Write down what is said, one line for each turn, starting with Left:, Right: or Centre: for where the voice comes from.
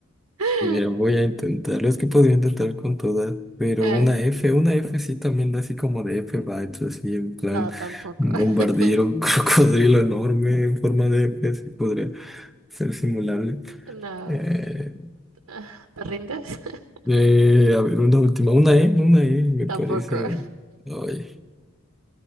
Right: <laughs>
Centre: mira, voy a intentarlo. Es que podría intentar con todas, pero
Right: Eh,
Centre: una F, una F sí también da así como de F vibes, así en plan
Right: no, tampoco.
Centre: bombardero,
Right: <laughs>
Centre: <laughs> crocodrilo enorme en forma de F, sí podría ser simulable.
Right: No.
Centre: Eh,
Right: <laughs> Ah, ¿Te rindes? <laughs>
Centre: eh, a ver, una última, una E, una E me
Right: Tampoco.
Centre: parece. Oye,